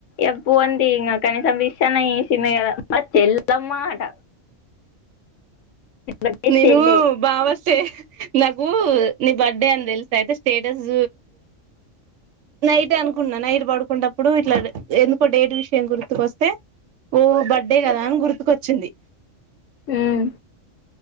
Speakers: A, on the left (about 70°); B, on the right (about 70°).
A: ఎప్పుంది ఇంకా కనీసం విష్ అన్న చేసింది కదా మ చెల్లమ్మాట అంటే
B: నేను
A: చెల్లె
B: బావ చే నాకు నీ బర్త్డే అని తెలుసె అయితే స్టేటస్ నైట్ అనుకున్నా నైట్ పడుకున్నప్పుడు ఇట్లా ఎందుకో డేట్ విషయం గుర్తుకొస్తే ఓ బర్త్డే కదా అని గుర్తుకొచ్చింది
A: అమ్